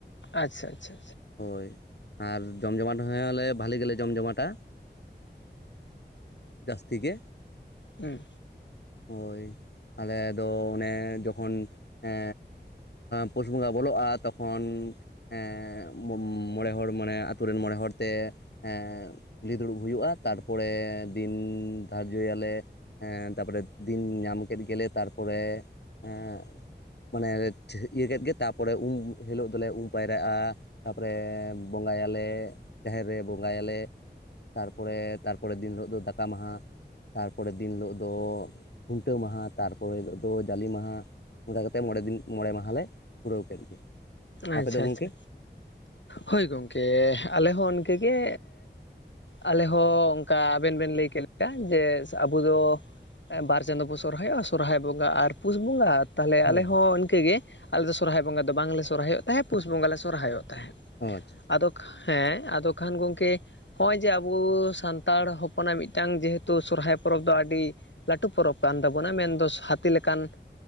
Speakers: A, on the left (about 80°); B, on the left (about 65°).
A: ᱟᱪᱪᱷᱟ ᱟᱪᱪᱷᱟ
B: ᱦᱳᱭ ᱟᱨ ᱡᱚᱢ ᱡᱚᱢᱟᱴ ᱦᱚᱸᱞᱮ ᱵᱷᱟᱹᱞᱤ ᱜᱮᱞᱮ ᱡᱚᱢ ᱡᱚᱢᱟᱴᱟ ᱡᱟᱹᱥᱛᱤ ᱜᱮ
A: ᱦᱩᱸ
B: ᱦᱳᱭ ᱟᱞᱮ ᱫᱚ ᱚᱱᱮ ᱡᱚᱠᱷᱚᱱ ᱮᱻ ᱯᱩᱥ ᱵᱚᱸᱜᱟ ᱵᱚᱞᱚᱜᱼᱟ ᱛᱚᱠᱷᱚᱱ ᱮᱻ ᱢᱚᱬᱮ ᱦᱚᱲ ᱢᱟᱱᱮ ᱟᱛᱳ ᱨᱮᱱ ᱢᱚᱬᱮ ᱦᱚᱲᱛᱮ ᱮᱻ ᱠᱩᱞᱦᱤ ᱫᱩᱲᱩᱵ ᱦᱩᱭᱩᱜᱼᱟ ᱛᱟᱨᱯᱚᱨᱮ ᱫᱤᱱ ᱫᱷᱟᱨᱡᱚᱭᱟᱞᱮ <unintelligible> ᱮᱸ ᱛᱟᱨᱯᱚᱨᱮ ᱫᱤᱱ ᱧᱟᱢ ᱠᱮᱫ ᱜᱮᱞᱮ ᱛᱟᱨᱯᱚᱨᱮ ᱮᱻ ᱢᱟᱱᱮ ᱤᱭᱟᱹ ᱠᱮᱫ ᱜᱮ ᱛᱟᱨᱯᱚᱨᱮ ᱩᱢ ᱦᱤᱞᱳᱜ ᱫᱚᱞᱮ ᱩᱢ ᱯᱟᱭᱨᱟᱜᱼᱟ ᱛᱟᱯᱚᱨᱮ ᱵᱚᱸᱜᱟᱭᱟᱞᱮ ᱡᱟᱦᱮᱨ ᱨᱮ ᱵᱚᱸᱜᱟᱭᱟᱞᱮ ᱛᱟᱨᱯᱚᱨᱮ ᱛᱟᱨᱯᱚᱨᱮ ᱫᱤᱱ ᱦᱤᱞᱳᱜ ᱫᱚ ᱫᱟᱠᱟ ᱢᱟᱦᱟ ᱛᱟᱨᱯᱚᱨᱮ ᱫᱤᱱ ᱦᱤᱞᱳᱜ ᱫᱚ ᱠᱷᱩᱱᱴᱟᱹᱣ ᱢᱟᱦᱟ ᱛᱟᱨᱯᱚᱨᱮ ᱦᱤᱞᱳᱜ ᱫᱚ ᱡᱟᱞᱮ ᱢᱟᱦᱟ ᱚᱱᱠᱟ ᱠᱟᱛᱮᱫ ᱢᱚᱲᱮ ᱫᱤᱱ ᱢᱚᱬᱮ ᱢᱟᱦᱟ ᱞᱮ ᱯᱩᱨᱟᱹᱣ ᱠᱮᱫ ᱜᱮ
A: ᱟᱪᱪᱷᱟ
B: ᱟᱯᱮ ᱫᱚ ᱜᱚᱢᱠᱮ
A: ᱟᱪᱪᱷᱟ ᱦᱳᱭ ᱜᱚᱝᱠᱮ ᱟᱞᱮ ᱦᱚᱸ ᱚᱱᱠᱮ ᱜᱮ ᱟᱞᱮ ᱦᱚᱸ ᱚᱱᱠᱟ ᱟᱵᱮᱱ ᱵᱮᱱ ᱞᱟᱹᱭ ᱠᱮᱫ ᱞᱮᱠᱟ ᱡᱮ ᱟᱵᱚ ᱫᱚ ᱵᱟᱨ ᱪᱟᱸᱫᱳ ᱵᱚ ᱥᱚᱦᱚᱨᱟᱭᱚᱜᱼᱟ ᱥᱚᱨᱦᱟᱭ ᱵᱚᱸᱜᱟ ᱟᱨ ᱯᱩᱥ ᱵᱚᱸᱜᱟ ᱛᱟᱦᱚᱞᱮ
B: ᱦᱳᱭ
A: ᱟᱞᱮ
B: ᱦᱳᱭ
A: ᱦᱚᱸ ᱤᱱᱠᱟᱹᱜᱮ ᱟᱞᱮ ᱥᱚᱨᱦᱟᱭ ᱵᱚᱸᱜᱟ ᱫᱚ ᱵᱟᱝᱞᱮ ᱥᱚᱨᱦᱟᱭᱚᱜ ᱛᱟᱦᱮᱸᱫ ᱯᱩᱥ ᱵᱚᱸᱜᱟ ᱞᱮ ᱥᱚᱨᱦᱟᱭᱚᱜ ᱛᱟᱦᱮᱸᱫ
B: ᱚ ᱟᱪᱪᱷᱟ
A: ᱟᱫᱚ ᱦᱮᱸ ᱟᱫᱚ ᱠᱷᱟᱱ ᱜᱚᱢᱠᱮ ᱦᱚᱜᱼᱚᱭ ᱡᱮ ᱟᱵᱚ ᱥᱟᱱᱛᱟᱲ ᱦᱚᱯᱚᱱᱟᱜ ᱢᱤᱫᱴᱟᱝ ᱡᱮᱦᱮᱛᱩ ᱥᱚᱨᱦᱟᱭ ᱯᱚᱨᱚᱵᱽ ᱫᱚ ᱟᱹᱰᱤ ᱞᱟᱹᱴᱩ ᱯᱚᱨᱚᱵᱽ ᱠᱟᱱ ᱛᱟᱵᱚᱱᱟ ᱢᱮᱱᱫᱚ ᱦᱟᱹᱛᱤ ᱞᱮᱠᱟᱱ